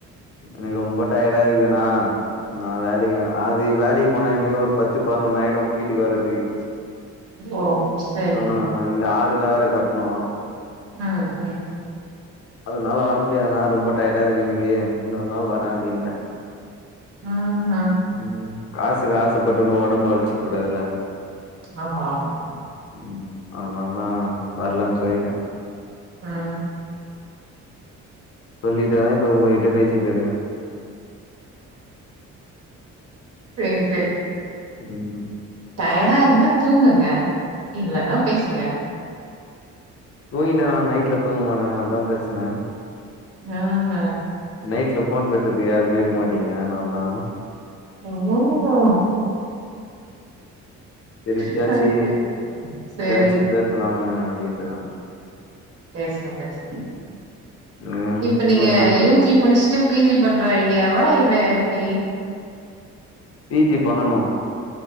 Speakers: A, on the left; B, on the right.
A: எனக்கு ரொம்ப டயர்டா இருக்குதுண்ணா நா வேலைக்கு வர அது வேலைக்கு போனா எப்படியும் ஒரு பத்து பதினொன்னாயிடும் வீட்டுக்கு வர்றதுக்கு
B: ஓ சேரி
A: ஆ இந்த ஆடுதான் வேற கட்டணும்
B: ஆ ஆ
A: அதனால வர முடியாது ணா ரொம்ப டயர்டா இருக்கு எனக்கு இன்னொரு நாள் வரே அப்டின்டே
B: ம் நாங்
A: ம் காசுக்கு ஆசைப்பட்டுன்னு ஒடம்பு அழிச்சுக் கூடாதுல
B: ஆமா ஆமா
A: ம் அதுனால தா வரலன் சொல்லிட்டே
B: ம்
A: சொல்லிட்டுதா இப்ப ஒங்ககிட்ட பேசிட்டு இருக்கே
B: சேரி சேரி
A: ம்
B: டயடா இருந்தா தூங்குங்க இல்லனா பேசுங்க
A: தூங்கிடேனா நைட்ல தூங்க மாட்டனா அதா பிரச்சன
B: அ ஹ
A: நைட்ல ஃபோன் பேசறதுக்கு யாருமே இருக்க மாட்டீங்க அதுனால தா
B: ஓ ஓ ஓ
A: சரி இப்பயாச்சி
B: ஓகே
A: இப்பயாச்சி
B: சரி
A: பேசலாமே அப்டின்ட்டுதா
B: பேசுங்க பேசுங்க
A: ம்
B: இப்ப நீங்க
A: ஏங்க
B: யூ ஜி முடுஸ்ட்டு பி ஜி பண் ற ஐடியாவா இல்ல எப்டி
A: பி ஜி பண்ணணு